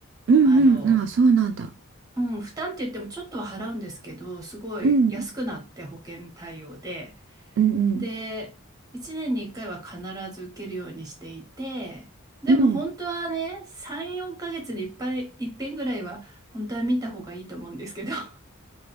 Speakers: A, on the right; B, on the right.
A: うん、
B: あの、
A: うん、ああ、そうなんだ。
B: うん、負担って言ってもちょっとは払うんですけど、すごい安くなって保険対応で、
A: うん、うん、
B: で、1年に1回は必ず受けるようにしていて、でも本当はね、
A: うん、うん、
B: 3、4ヶ月にいっぱい、いっぺんぐらいは本当は見た方がいいと思うんですけど。<laughs>